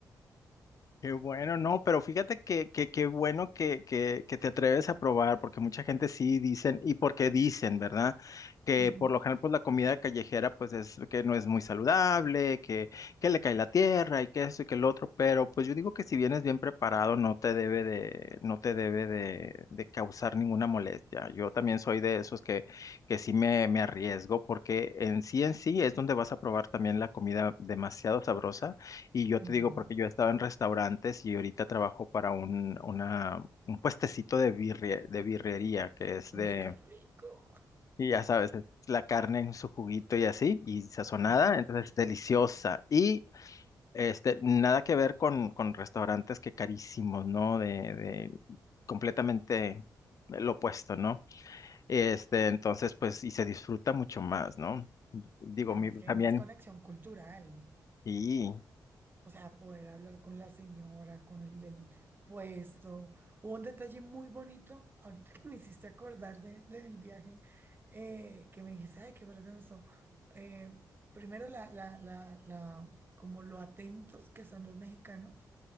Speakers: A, on the left; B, on the right.
A: Qué bueno, no, pero fíjate que, que, qué bueno que, que, que te atreves a probar, porque mucha gente sí dicen, y porque dicen, ¿verdad? Que
B: Ujú,
A: por lo general, pues la comida callejera, pues es que no es muy saludable, que, que le cae la tierra y que esto y que el otro, pero pues yo digo que si vienes bien preparado, no te debe de, no te debe de, de causar ninguna molestia. Yo también soy de esos que, que sí me, me arriesgo, porque en sí en sí es donde vas a probar también la comida demasiado sabrosa y yo te
B: ujú.
A: digo, porque yo he estado en restaurantes y ahorita trabajo para un, una, un puestecito de birria, de birrería, que es de,
B: Uy, qué rico.
A: y ya sabes, es la carne en su juguito y así, y sazonada,
B: Ajá.
A: entonces deliciosa. Y este, nada que ver con, con restaurantes que carísimos, ¿no? De, de completamente lo opuesto, ¿no? Este, entonces, pues, y se disfruta mucho más, ¿no? Digo,
B: Además
A: mi,
B: que
A: también,
B: hay más conexión cultural.
A: sí.
B: O sea, poder hablar con la señora, con el del puesto. Hubo un detalle muy bonito, ahorita que me hiciste acordar de, del viaje, eh, que me dijiste, ay, qué valioso. Eh, primero, la, la, la, la, como lo atentos que son los mexicanos.